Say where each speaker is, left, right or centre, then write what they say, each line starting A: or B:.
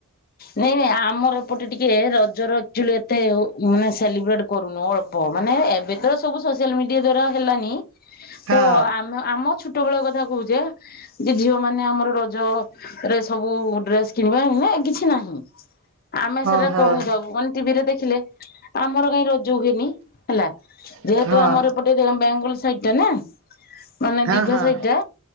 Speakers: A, on the left (about 45°); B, on the right (about 60°).
A: ନାଇଁ ନାଇଁ ଆମର ଏପଟେ ଟିକେ ରଜର ଚୁଆଲି ଏତେ ମାନେ ସେଲିବ୍ରେଟ କରୁନୁ। ଅଳ୍ପ ମାନେ ଏବେ ତ ସବୁ ସୋସିଆଲ ମିଡିଆ ଦ୍ଵାରା ହେଲାନି।
B: ହଁ
A: ତ ଆମ ଆମ ଛୁ ଛୋଟବେଳ କଥା କହୁଛେ। ଯେ ଝିଅ ମାନେ ଆମର ରଜରେ ସବୁ ଡ୍ରେସ କିଣିବା। କିଛି କି କି ନାହିଁ। ଆମେ ସେଇଟା
B: ଓହୋ
A: କହୁଥାଉ। କଣ ଟିଭି ରେ ଦେଖିଲେ। ଆମର କାଇଁ ର ଯୋଉ ହେଇନି ହେଲା
B: ହଁ
A: ଯେହେତୁ ଆମର ଏପଟେ ରେ ବେଙ୍ଗୁଲ ସାଇଟ୍ ନା। ମାନେ
B: ହଁ
A: ଦୀଘା
B: ହଁ।
A: ସେଇଟା